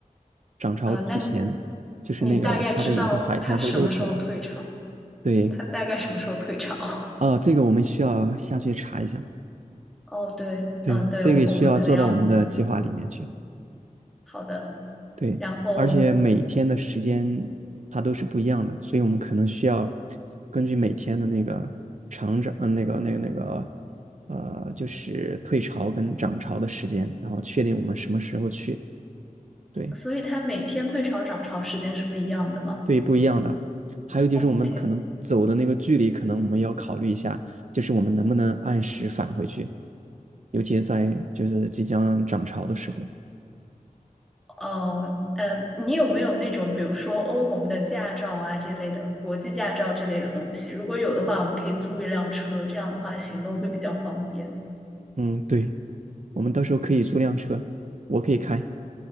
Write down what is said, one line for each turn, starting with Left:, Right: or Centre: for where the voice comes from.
Right: 涨潮之前，
Centre: 嗯、那
Right: 就是那个它的有些海滩会露出来。
Centre: 你大概知道它什么时候退潮？
Right: 对，
Centre: 它大概什么时候退潮？<laughs>
Right: 啊，这个我们需要下去查一下。
Centre: 哦，对，
Right: 对，
Centre: 嗯，对，
Right: 这个也需要做到我们的计划里面去。
Centre: 我我们可能要好的。
Right: 对，
Centre: 然后，
Right: 而且每天的时间它都是不一样的，所以我们可能需要根据每天的那个长涨，嗯，那个那个那个，呃，就是退潮跟涨潮的时间，然后确定我们什么时候去。对，
Centre: 所以它每天退潮涨潮时间是不一样的吗？
Right: 对于不一样的，还有就是我们可能走的那个距离，
Centre: 哦，天，
Right: 可能我们要考虑一下，就是我们能不能按时返回去，尤其是在就是即将涨潮的时候。
Centre: 哦，呃，你有没有那种，比如说欧盟的驾照啊这类的，国际驾照这类的东西？如果有的话，我们可以租一辆车，这样的话行动会比较方便。
Right: 嗯，对，我们到时候可以租辆车，我可以开。